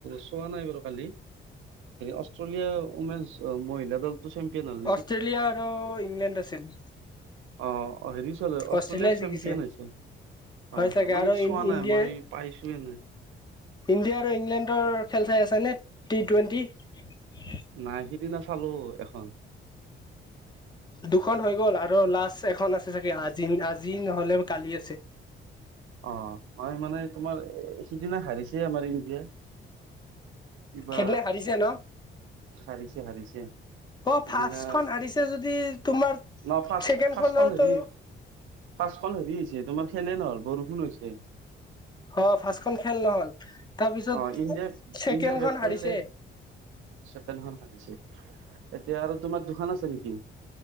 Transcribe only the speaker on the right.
চোৱা নাই বাৰু কালি অষ্ট্ৰেলিয়া উইমেন মহিলা চেম্পিয়ন হ'ল
আহ হেৰি চলে অষ্ট্ৰেলিয়াৰ
চেম্পিয়ন
হৈছিল হয়
হয় মই
কিন্তু চোৱা
নাই মই পাইছোয়ে এনে
নাই সিদিনা চালো এখন
অ মই মানে তোমাৰ সিদিনা হাৰিছে আমাৰ ইণ্ডিয়া কিবা
হাৰিছে হাৰিছে
সিদিনা
ন ফাৰ্ষ্টখন
হেৰি ফাৰ্ষ্টখন হেৰি হৈছে তোমাৰ খেলে নহল বৰষুণ হৈছে
অ ইণ্ডিয়াই
ইণ্ডিয়াই বেট কৰিলে
ছেকেণ্ডখন হাৰিছে এতিয়া আৰু তোমাৰ দুখন আছে নেকি